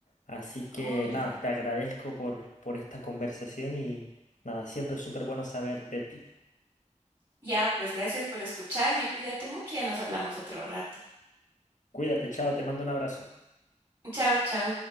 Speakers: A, on the left; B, on the right.
A: Así que
B: Oh, ya.
A: nada, te agradezco por, por esta conversación y nada, siempre es súper bueno saber de ti.
B: Ya, pues gracias por escucharme, cuídate mucho, ya nos hablamos otro rato.
A: Cuídate, chao, te mando un abrazo.
B: Chao, chao.